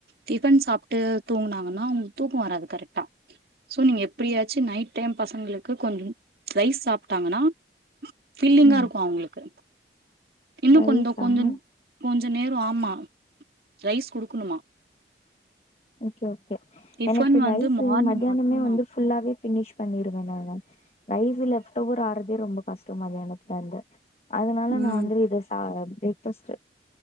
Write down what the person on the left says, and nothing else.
ம்
ரைஸா
ஓகே ஓகே
எனக்கு
ரைஸ்ஸு
மதியானமே
வந்து ஃபுல்லாவே ஃபினிஷ் பன்னிருவே நானு ரைஸ்ஸு லெஃபட் ஓவர் ஆனதே ரொம்ப பர்ஸ்ட் மலையாளத்துல இருந்து அதுனால
நான் வந்து இத சா ப்ரேக் ஃபர்ஸ்ட்டு